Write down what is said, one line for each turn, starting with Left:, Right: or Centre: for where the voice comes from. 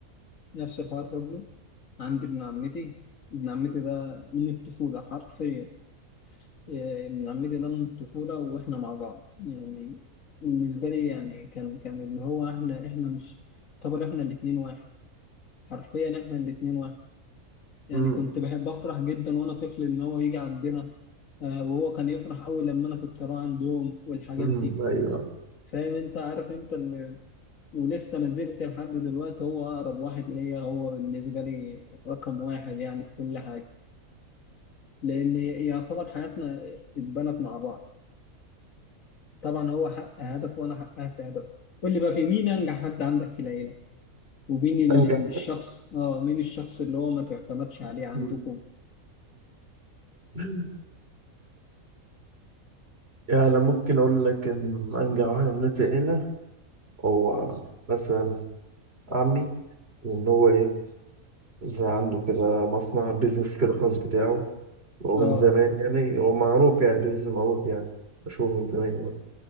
Left: نفس الحوار برضه عندي ابن عمتي ابن عمتي ده من الطفوله حرفيا إيه، ابن عمتي ده من الطفوله واحنا مع بعض يعني بالنسبه لي يعني كان كان اللي هو احنا احنا مش طبعا احنا الاتنين واحد حرفيا احنا الاتنين واحد يعني
Right: مم.
Left: كنت بحب أفرح جدا وأنا طفل إن هو يجي عندنا آه، وهو كان يفرح أوي لما أنا كنت أروح عندهم والحاجات
Right: امم
Left: دي
Right: ايوه
Left: فاهم أنت عارف أنت ال... ولسه ما زلت لحد دلوقتي هو أقرب واحد ليا هو بالنسبة لي رقم واحد يعني في كل حاجة لأن يعتبر حياتنا اتبنت مع بعض طبعا هو حقق هدف وأنا حققت هدف قول لي بقى في مين أنجح حد عندك في العيلة ومين ال-
Right: انجح
Left: الشخص اه مين الشخص اللي هو ما تعتمدش عليه عندكم
Right: مم. <laughs> يعني ممكن اقول لك ان انجح واحد عندنا في العيله هو مثلا عمي ان هو ايه زي عنده كده مصنع بيزنس كده خاص بتاعه وهو من
Left: اه
Right: زمان يعني هو معروف يعني بيزنس معروف يعني مشهور من زمان يعني